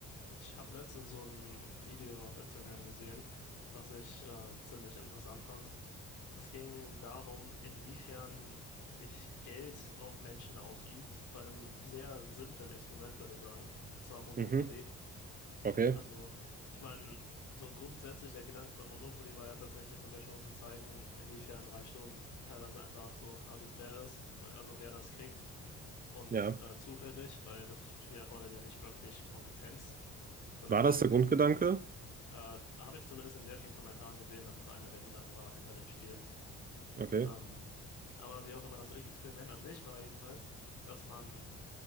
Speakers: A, on the left; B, on the right.
A: Ich habe letztens so ein Video auf Instagram gesehen, was ich äh, ziemlich interessant fand. Es ging darum, inwiefern sich Geld auf Menschen ausübt, bei einem sehr simplen Experiment, würde ich sagen, und zwar Monopoly.
B: Mhm. Okay.
A: Also, ich meine, so grundsätzlich der Gedanke von Monopoly war ja tatsächlich sogar schon zu zeigen, inwiefern Reichtum teilweise einfach so arbiträr ist, also wer das kriegt und
B: Ja.
A: äh, zufällig, weil das Spiel erfordert ja nicht wirklich Kompetenz, sondern
B: War
A: vor
B: das
A: allem
B: der
A: Glück.
B: Grundgedanke?
A: Äh, habe ich zumindest in sehr vielen Kommentaren gesehen, dass das einer der Gedanken war hinter dem Spiel.
B: Okay.
A: Ähm, aber wie auch immer, das Experiment an sich war jedenfalls, dass man